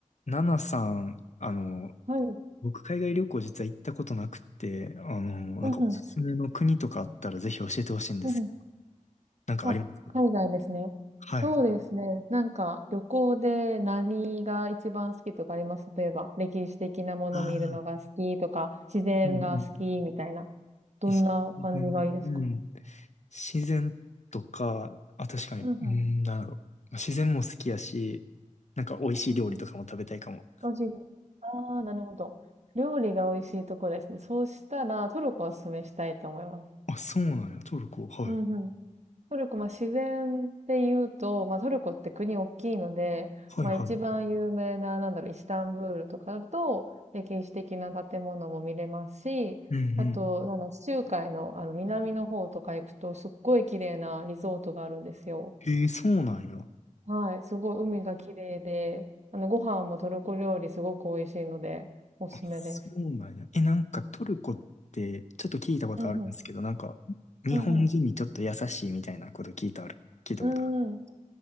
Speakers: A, on the left; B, on the right.
A: ナナさん、あの、
B: はい。う
A: 僕海外旅行実は行ったことなくて、あの、なんかおすすめの国とかあったらぜひ教えてほしいんですけど、
B: んうん。うんうん。
A: なんかありますか
B: あ、海外ですね。
A: はい。
B: そうですね。なんか、旅行で何が一番好きとかあります例えば、歴史的なもの見るのが好きとか、
A: ああ、
B: 自然が好きみたいな。
A: うんうん。
B: どんな感じがいいですか
A: えしうん、うん。自然とか、あ、確かに、
B: うんうん。
A: うん、なんだろう。まあ自然も好きやし、なんか美味しい料理とかも食べたいかも。
B: うんうん。美味しいです。ああ、なるほど。料理が美味しいとこですね。そうしたら、トルコをおすすめしたいと思います。
A: あ、そうなんや、トルコ。はい。
B: うんうん。トルコ、まあ、自然で言うと、まあ、トルコって国大きいので、
A: はいはい。
B: まあ、一番有名な、
A: うん
B: なんだろう、イスタンブールとかだと、歴史的な建物も見れますし、
A: うん。
B: あと、なんだ、地中海の、あの、南の方とか行くと、すっごい綺麗なリゾートがあるんですよ。
A: へえ、そうなんや。
B: はい、すごい海が綺麗で、あの、ご飯もトルコ料理すごく美味しいので、おすすめです。
A: あそうなんや。え、なんかトルコってちょっと聞いたことあるんですけど、
B: うんうん。
A: なんか日本人にちょっと優しいみたいなこと聞いたある。
B: うん
A: 聞いたことある。
B: うん。うん